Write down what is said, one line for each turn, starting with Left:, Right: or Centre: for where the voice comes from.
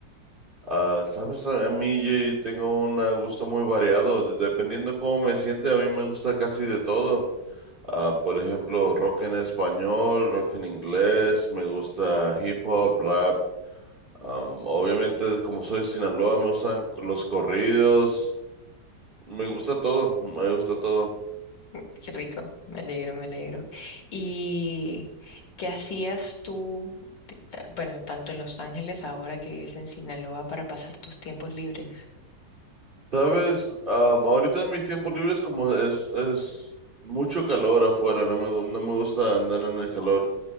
Right: Ah, sabes, a, a mí eh, tengo un ah, gusto muy variado, de- dependiendo cómo me siente, a mí me gusta casi de todo. Ah, por ejemplo, rock en español, rock en inglés, me gusta hip hop, rap. Am, obviamente, como soy de Sinaloa, me gustan los corridos, me gusta todo, me gusta todo.
Left: Qué rico, me alegro, me alegro. ¿Y qué hacías tú, ti- eh, bueno, tanto en Los Ángeles ahora que vives en Sinaloa para pasar tus tiempos libres?
Right: Sabes, Am, ahorita en mis tiempos libres como es, es mucho calor afuera, no me, gu- no me gusta andar en el calor.